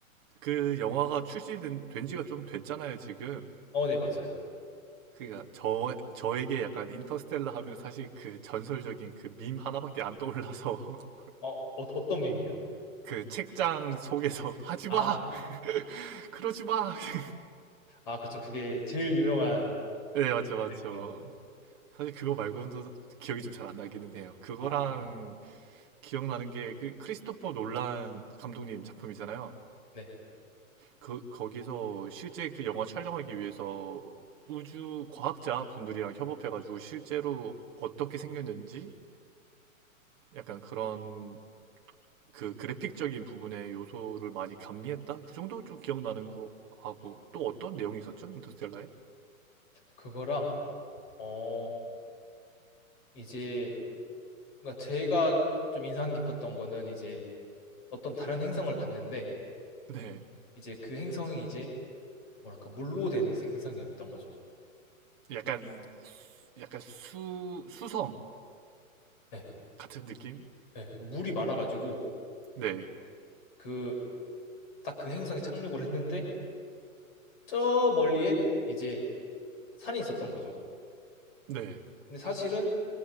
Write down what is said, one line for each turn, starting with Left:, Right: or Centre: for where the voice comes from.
Right: 그 영화가 출시된 된 지가 좀 됐잖아요, 지금.
Left: 어, 네, 맞아요.
Right: 그러니까 저 저에게 약간 인터스텔라 하면 사실 그 전설적인 그 밈 하나밖에 안 떠올라서 <laughs>
Left: 어, 어 어떤 밈이요?
Right: 그 책장 속에서 하지
Left: 아,
Right: 마, <laughs> 그러지 마. <laughs>
Left: 아, 그쵸. 그게 제일 유명한
Right: 네, 맞죠, 맞죠.
Left: 거.
Right: 사실 그거 말고는 또 기억이 좀 잘 안 나기는 해요. 그거랑
Left: 아,
Right: 기억나는 게 그 크리스토퍼 놀란 감독님 작품이잖아요.
Left: 네.
Right: 그 거기서 실제 그 영화 촬영하기 위해서 우주 과학자 분들이랑 협업해가지고 실제로 어떻게 생겼는지 약간 그런 그 그래픽적인 부분의 요소를 많이 감미했다. 그 정도 좀 기억나는 거 하고 또 어떤 내용이 있었죠? 인터스텔라에?
Left: 그거랑 어 이제 그러니까 제가 좀 인상 깊었던 거는 이제 어떤 다른 행성을 갔는데
Right: 네,
Left: 이제 그 행성이 이제 뭐랄까 물로 된 행성이었던 거죠.
Right: 약간 수- 약간 수 수성
Left: 네.
Right: 같은 느낌?
Left: 네. 물이 많아가지고
Right: 네,
Left: 그 딱 그 행성에 착륙을 했는데 저 멀리에 이제 산이 있었던 거죠.
Right: 네.
Left: 근데 사실은